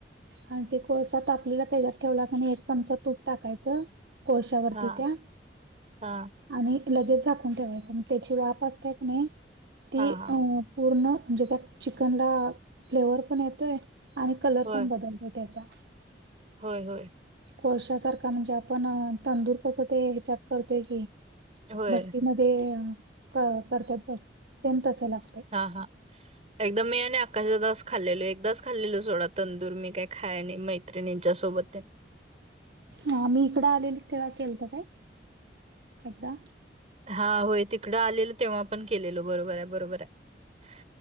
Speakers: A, on the right (about 70°); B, on the right (about 40°).
A: आणि ते कोळसा तापलेला त्याच्यात ठेवला क एक चमच तूप टाकायचं कोळशावरती
B: हां, हां,
A: त्या
B: हां,
A: आणि लगेच झाकून ठेवायचं म त्याची वाफ असते क नाही ती
B: हां, हां.
A: अ पूर्ण म्हणजे त्या चिकनला फ्लेवर पण येतोय आणि कलर
B: होय,
A: पण बदलतो त्याचा
B: होय होय
A: कोळशासारखा म्हणजे आपण तंदूर कसं ते ॅक करते की
B: होय.
A: भट्टी म करतात से तस लागत
B: हा हा एकदाम मी आणि अकाच्या खाल्लेलो एकदाच खाल्लेलो सोडा तंदूर मी काही खाय नाही माहि मत्रिणींच्या सोबत त्यां
A: हा मी इकडं आलेली स्टेवा केलत काय एकदा
B: हा होय तिकडं आलेल तेव्हा पण केलेल बरोबर आहे बरोबर आहे